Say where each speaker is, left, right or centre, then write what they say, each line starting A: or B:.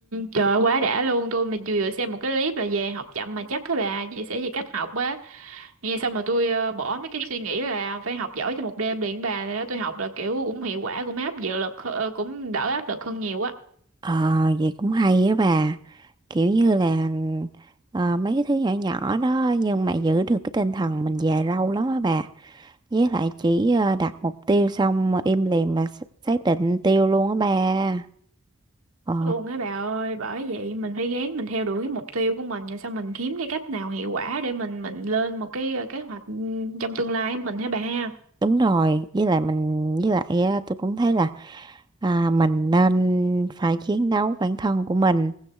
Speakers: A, on the right (about 75°); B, on the right (about 20°).
A: trời ơi, quá đã luôn tôi mình vừa vừa xem một cái clip là về học chậm mà chắc các bà chia sẻ về cách học á nghe xong là tôi ờ, bỏ mấy cái suy nghĩ là phải học giỏi trong một đêm liền bà Rồi đó tôi học là kiểu cũng hiệu quả cũng áp dự lực ờ, cũng đỡ áp lực hơn nhiều á
B: Ờ, vậy cũng hay á bà. Kiểu như là ờ, mấy cái thứ nhỏ nhỏ đó nhưng mà giữ được cái tinh thần mình dài lâu lắm á bà. Với lại chỉ ờ, đặt mục tiêu xong im lìm mà x- xác định mục tiêu luôn á bà. Ờ,
A: luôn á bà ơi bởi vậy mình phải gán mình theo đuổi cái mục tiêu của mình rồi sau mình kiếm cái cách nào hiệu quả để mình mình lên một cái ờ, kế hoạch ừ, trong tương lai của mình hả bà ha
B: đúng rồi. Với lại mình với lại á, tôi cũng thấy là à, mình nên phải chiến đấu bản thân của mình.